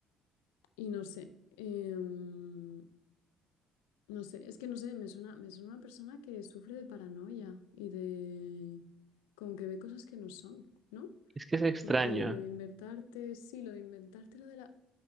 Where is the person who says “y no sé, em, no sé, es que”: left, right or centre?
Left